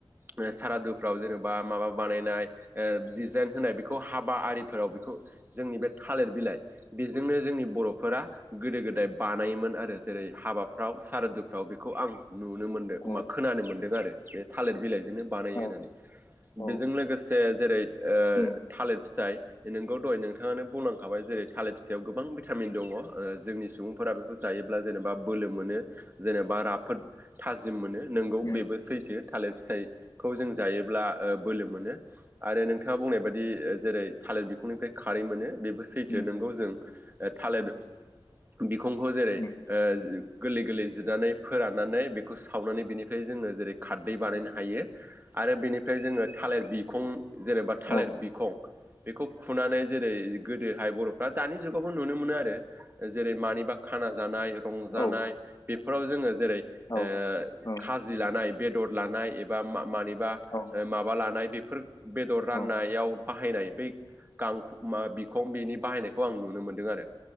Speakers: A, on the right; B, on the left.
A: ओ सारादु फ्राव जेनेबा माबा बानायनाय ओ डिजाइन होनाय बेखौ हाबा आरिफोराव बि खौ जोंनि बे थालिर बिलाइ बेजोंनो जोंनि बर'फोरा गोदो-गोदाय बानायोमोन आरो जेरै हाबाफ्राव सारादुफ्राव बेखौ आं नुनो मोन्दों होमबा
B: औ
A: खोनानो मोन्दों आरो बे थालिर बिलाइजोंनो बानायो
B: औ
A: होननानै
B: औ
A: बेजों लोगोसे जेरै ओ
B: उम
A: थालिर फिथाइ नोंगौ दहाय नोंथाङानो बुंलांखाबाय जेरै थालिर फिथाइयाव गोबां भिटामिन दङ ओ जोंनि सुबुंफोरा बेखौज जायोब्ला जेनेबा बोलो मोनो जेनेबा राफोद थाजिम मोनो नोंगौ
B: उम
A: बेबो सैथो थालिर फिथाइखौ जों जायोब्ला ओ बोलो मोनो आरो नोंथाङा बुंनाय बादि जेरै थालिर बिखंनिफ्राय खारै मोनो बेबो सैथो
B: उम
A: नोंगौ जों ओ थालिर बिखंखौ जेरै
B: उम
A: ओ गोरलै-गोरलै जिरनानै फोराननानै बेखौ सावनानै बिनिफाय जोङो जेरै खारदै बानायनो हायो आरो बेनिफ्राय जोङो थालिर बिखं जेनेबा थालिर
B: औ
A: बिखं बेखौ खुनानै जेरै गोदोहाय बर'फ्रा दानि जुगावबो नुनो मोनो आरो जेरै मानिबा खाना जानाय रंजानाय
B: औ
A: बेफोराव जोङो जेरै
B: औ
A: ओ
B: औ
A: खाजि लानाय बेदर लानाय एबा मानिबा
B: औ
A: ओ माबा लानाय बेफोर बेदर राननायाव
B: औ
A: बाहायनाय बै गांख मा बिखं बेनि बाहायनायखौ आं नुनो मोन्दों आरो